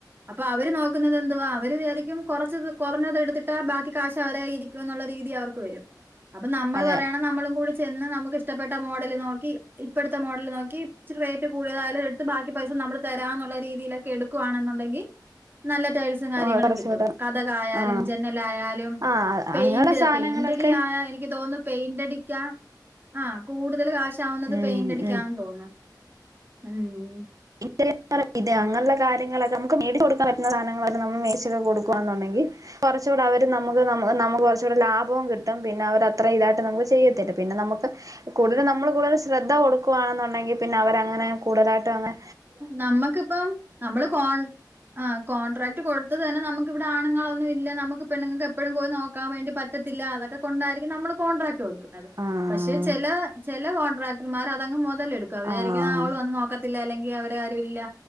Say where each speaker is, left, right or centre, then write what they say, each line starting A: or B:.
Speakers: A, on the right; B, on the right.
A: അപ്പൊ അവര് നോക്കുന്നത് എന്തുവാ അവര് വിചാരിക്കും കൊറച്ചത് കൊറഞ്ഞത് എടുത്തിട്ടാ ബാക്കി കാശ് അവരെകയ്യിലിരി ക്കുന്നൊള്ള രീതി അവർക്ക് വരും അപ്പൊ നമ്മള്
B: അതെ
A: പറയണം നമ്മളും കൂടി ചെന്ന് നമുക്ക് ഇഷ്ടപ്പെട്ട മോഡല് നോക്കി ഇപ്പെടുത്തെ മോഡല് നോക്കി ഇച്ചിറ് റേറ്റ് കൂടിയതായാലും ത്ത് ബാക്കി പൈസ നമ്മള് തരാനുള്ള രീതിയിലൊക്കെ എടുക്കുവാണെന്നുണ്ടെങ്കി നല്ല ടൈൽസ് സും കാര്യങ്ങളും
B: ആഹ് കുറച്ചൂടെ
A: കിട്ടും കതക് ആയാലും
B: ആഹ്
A: ജന്നൽ ആയാലും
B: ആഹ്
A: പെയിന്റർ
B: അങ്ങനെയുള്ള സാധനങ്ങളൊക്കെ
A: പെയിന്റടിയാ എനി ക്ക് തോന്നുന്നു പെയിന്റടിക്കാ ആഹ് കൂടുതൽ കാശാവുന്നത്
B: ഉം
A: പെയിന്റ് അടിക്കാൻ
B: ഉം
A: തോൻണ് ഉം
B: ഇത്രേം <unintelligible> ഇദേ അങ്ങള്ള കാര്യങ്ങളൊക്കെ നമുക്ക് മടിച്ച് കൊടുക്കൻ പറ്റുന്ന സാധനങ്ങള് നമ്മൾ മേശൊക്കെ കൊടുക്കുവാന്നുണ്ടെങ്കിൽ കൊറച്ചൂടെ അവര് നമുക്ക് നമു നമുക്ക് കൊറച്ചൂട ലാഭവും കിട്ടും പിന്നെ അവർ അത്രയും ഇതായിട്ട് നമുക്ക് ചെയ്യത്തില്ല പിന്നെ നമുക്ക് കൂടുതൽ നമ്മള് കൂടുതല് ശ്രദ്ധ കൊടുക്കുവാണെന്നുണ്ടെങ്കിൽ പിന്നെ അവര് അങ്ങനെ കൂടോലാട്ട് അങ്ങേ
A: നമ്മക്കിപ്പം നമ്മള് കോൺ ആഹ് കോൺട്രാക്ട് കൊടുത്തതുതന്നെ നമുക്ക് ഇവിടെ ആണുങ്ങളൊന്നും ഇല്ല നമുക്ക് പെണ്ണുങ്ങക്ക് എപ്പഴും പോയി നോ ക്കാൻ വേണ്ടി പറ്റത്തില്ല അതക്ക കൊണ്ടായിരിക്കും നമ്മള് കോൺട്രാക്റ്റ് കൊട് ക്കുന്നത്
B: ആഹ്
A: പക്ഷെ ചെല ചെല കോൺട്രാക്ടർമാർ അതങ്ങ് മൊതലെടുക്കും അവര് വിചാരിക്കും
B: ആഹ്
A: അവള് വന്ന് നോക്ക ത്തില അല്ലെങ്കിൽ അവര ആരും ഇല്ല